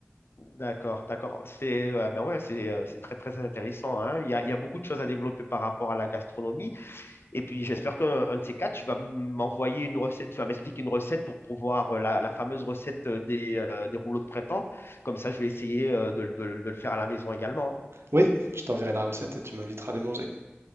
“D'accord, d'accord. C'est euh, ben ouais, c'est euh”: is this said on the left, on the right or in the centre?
Left